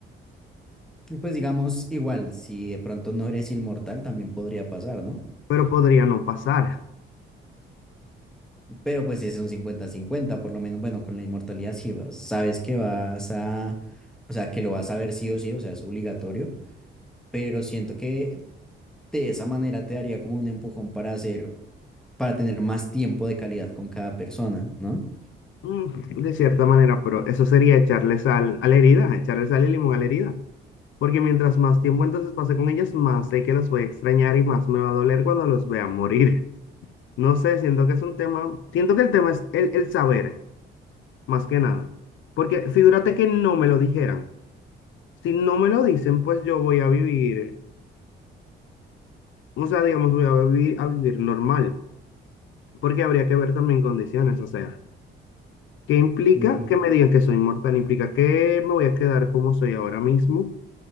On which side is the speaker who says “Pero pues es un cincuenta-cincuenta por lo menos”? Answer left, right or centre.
Centre